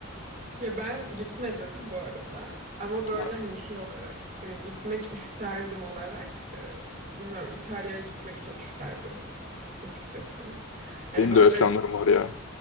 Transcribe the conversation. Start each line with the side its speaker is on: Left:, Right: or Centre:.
Right: Ya ben gitmedim bu arada ama böyle
Left: Ya,
Right: hani şey olarak hani gitmek isterdim olarak e, bilmiyorum İtalya'ya gitmek çok isterdim açıkçası. Hani
Left: Benim
Right: böyle
Left: de öyle planlarım var ya.